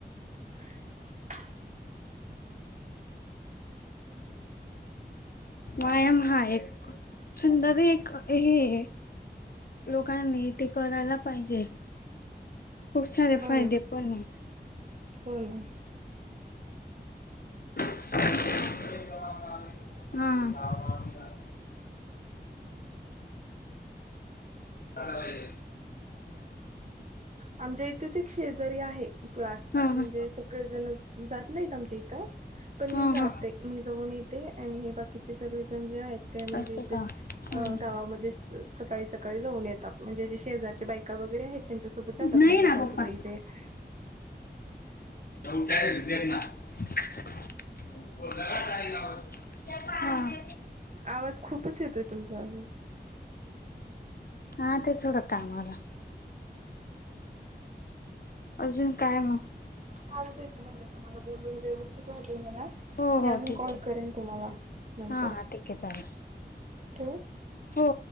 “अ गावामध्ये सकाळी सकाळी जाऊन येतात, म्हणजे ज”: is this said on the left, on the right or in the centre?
Right